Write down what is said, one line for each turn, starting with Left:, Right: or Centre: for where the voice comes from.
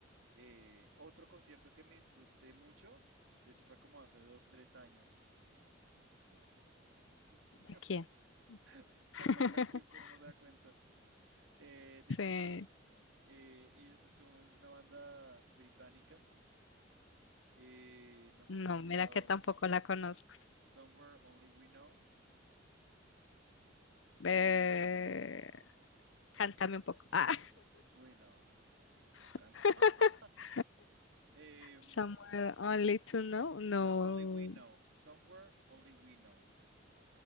Right: Eh, otro concierto que me disfruté mucho, eso fue como hace dos, tres años. Dos, ah, ma- Dios mío,
Left: de quién.
Right: <laughs>
Left: <laughs>
Right: pasa el tiempo y uno no se da cuenta. Eh, The
Left: Sí,
Right: Kane, eh, ellos son, es una banda británica. eh, no sé
Left: no,
Right: si has escuchado
Left: mira que tampoco la conozco.
Right: Somewhere Only We Know. eh,
Left: Eh, cántame un poco. Ah,
Right: uy, no, no, no, yo no canto.
Left: <laughs>
Right: <laughs> Em,
Left: Somewhere Only to Know, no.
Right: no, Only We Know. Somewhere Only We Know.